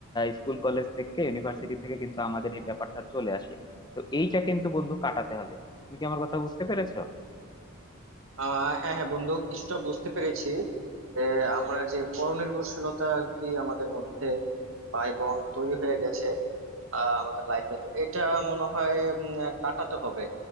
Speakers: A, on the left (about 20°); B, on the right (about 70°).
A: স্কুল কলেজ থেকে ইউনিভার্সিটি থেকে কিন্তু আমাদের এই ব্যাপারটা চলে আসে তো এইটা কিন্তু বন্ধু কাটাতে হবে তুমি কি আমার কথা বুঝতে পেরেছো
B: আহ হ্যাঁ হ্যাঁ বন্ধু কিছুটা বুঝতে পেরেছি যে আমরা যে পরনির্ভরশীলতা আর কি আমাদের মধ্যে ভাই বোন তৈরি হয়ে গেছে আহ, আমাদের লাইফে তো এটা মনে হয় উম, কাটাতে হবে